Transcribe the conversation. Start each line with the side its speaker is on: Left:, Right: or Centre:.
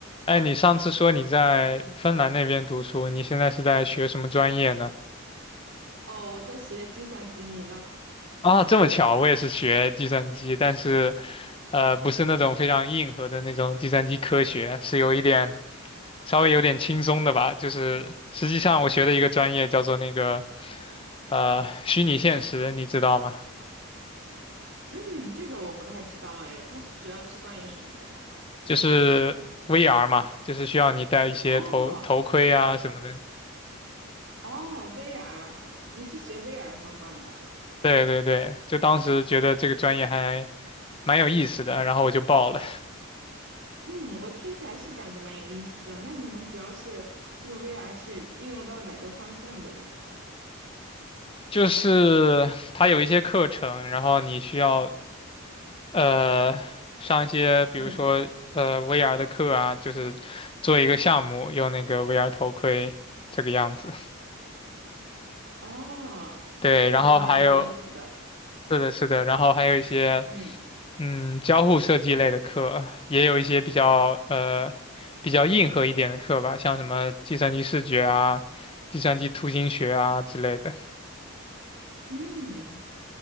Left: 哎，你上次说你在芬兰那边读书，你现在是在学什么专业呢？
Right: 哦，我在学计算机，你呢？
Left: 啊，这么巧，我也是学计算机，但是，呃，不是那种非常硬核的那种计算机科学，是有一点稍微有点轻松的吧。就是实际上我学的一个专业叫做那个，呃，虚拟现实，你知道吗？
Right: 嗯，这个我不太知道哎，它是主要是关于什么的？
Left: 就是 VR 嘛，就是需要你戴一些头头盔啊什么的。
Right: 哦哦，VR，你是学 VR 相关的？
Left: 对对对，就当时觉得这个专业还蛮有意思的，然后我就报了。
Right: 嗯，我听起来是感觉蛮有意思的。那你们主要是这个 VR 是应用到哪个方向的呢？
Left: 就是它有一些课程，然后你需要呃上一些，比如说呃
Right: 嗯，
Left: VR 的课啊，就是做一个项目，用那个 VR 头盔这个样子。
Right: 哦，
Left: 对，
Right: 我感觉蛮有意思的。
Left: 然后还有是的，是的，然后还有一些
Right: 嗯
Left: 嗯交互设计类的课，也有一些比较呃比较硬核一点的课吧，像什么计算机视觉啊、计算机图形学啊之类的。
Right: 嗯，